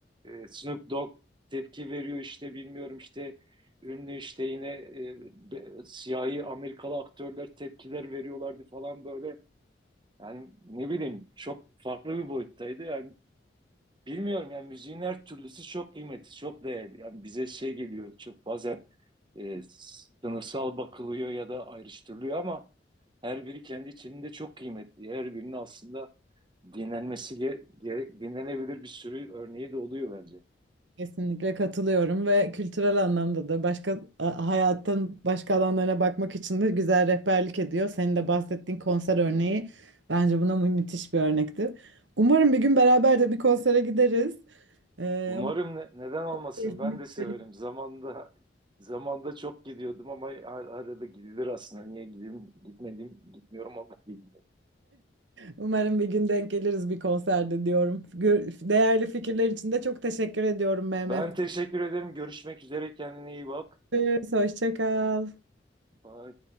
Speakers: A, on the right (about 25°); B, on the right (about 75°).
A: E, Snoop Dogg tepki veriyor işte bilmiyorum işte ünlü işte yine e, be- siyahi Amerikalı aktörler tepkiler veriyorlardı falan böyle. Yani ne bileyim çok farklı bir boyuttaydı. Yani bilmiyorum yani müziğin her türlüsü çok kıymetli, çok değerli. Yani bize şey geliyor çok bazen e, sınıfsal bakılıyor ya da ayrıştırılıyor ama her biri kendi içinde çok kıymetli. Her birinin aslında dinlenmesi ge- gere- dinlenebilir bir sürü örneği de oluyor bence.
B: Kesinlikle katılıyorum ve kültürel anlamda da başka a- hayatın başka alanlarına bakmak için de güzel rehberlik ediyor. Senin de bahsettiğin konser örneği bence buna mü- müthiş bir örnekti. Umarım bir gün beraber de bir konsere gideriz. Ee,
A: Umarım
B: ama
A: ne- neden olmasın
B: <laughs>
A: ben de severim. Zamanda zamanda çok gidiyordum ama ar- arada gidilir aslında. Niye gidim, gitmedim, gitmiyorum ama bilmiyorum.
B: umarım bir gün denk geliriz bir konserde diyorum. Gör- Değerli fikirler için de çok teşekkür ediyorum Mehmet.
A: Ben teşekkür ederim. Görüşmek üzere. Kendine iyi bak.
B: Görüşürüz, Hoşça kal.
A: Bye.